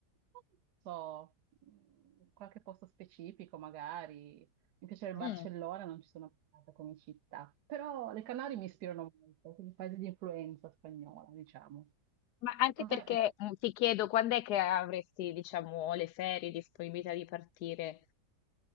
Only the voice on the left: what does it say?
Mm.
Ma anche
perché
mm, ti chiedo quando è che avresti, diciamo, le ferie, disponibilità di partire?